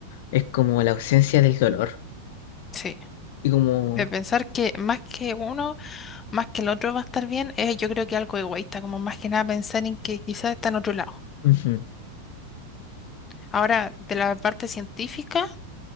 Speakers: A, on the left; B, on the left.
A: es como la ausencia del dolor
B: Sí.
A: y como
B: De pensar que más que uno, más que el otro va a estar bien, eh, yo creo que algo egoísta, como más que nada pensar en que quizás está en otro lado.
A: ujú,
B: Ahora, de la parte científica,